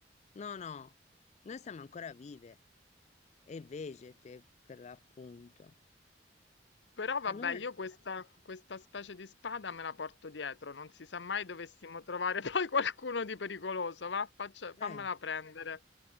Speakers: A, on the left; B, on the left.
A: No, no, noi siamo ancora vive e vegete, per l'appunto.
B: Però vabbè,
A: Allora,
B: io questa, questa specie di spada me la porto dietro, non si sa mai dovessimo trovare <laughs> poi qualcuno di pericoloso, va, faccia-
A: eh,
B: fammela prendere.